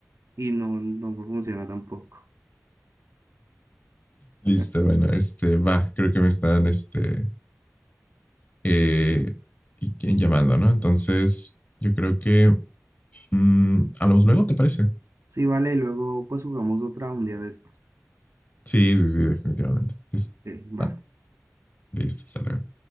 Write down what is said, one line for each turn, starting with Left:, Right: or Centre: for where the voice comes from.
Right: y no, no funciona tampoco.
Left: Listo,
Right: Pero
Left: bueno, este va, creo que me están este eh, y- y llamando, ¿no? Entonces, yo creo que mm, hablamos luego, ¿te parece?
Right: sí, vale, y luego pues jugamos otra un día de estos.
Left: Sí, sí, sí, definitivamente. Listo,
Right: Sí, va.
Left: va, listo, hasta luego.